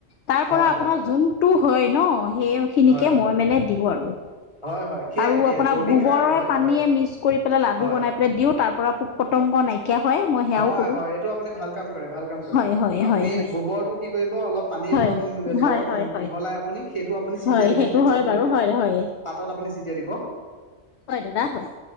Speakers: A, on the left; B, on the left.
A: তাৰপৰা
B: হয়
A: আপোনাৰ
B: হয়
A: যোনটো হয়ন সেইখিনিকে
B: হয় হয়
A: মই মানে দিওঁ আৰু।
B: হয় হয় সেয়াই
A: আৰু
B: সেয়াই
A: আপোনাৰ
B: জৈৱিক
A: গোবৰৰে,
B: সাৰ হয়
A: পানীয়ে
B: হয়
A: মিক্স কৰি পেলাই লাডু
B: হয়
A: বনাই দিওঁ তাৰপৰা পোক পতংগ নাই কিয়া হয়, মই সেয়াও
B: হয়,
A: কৰো
B: হয়, এইটো আপুনি ভাল কাম কৰে, ভাল কাম কৰে।
A: হয় হয়
B: আপুনি
A: হয় হয়
B: গোবৰটো কি কৰিব, অলপ পানী
A: হয়
B: অলপ
A: হয়
B: লগত
A: হয় হয়
B: মিহলাই আপুনি সেইটো আপুনি ছিটিয়াই
A: হয়
B: দিবচোন
A: সেইটো
B: গছৰ
A: হয়
B: পুলিত
A: বাৰু হয় হয়
B: পাতত আপুনি ছটিয়াই দিব।
A: হয়, দাদা হয়।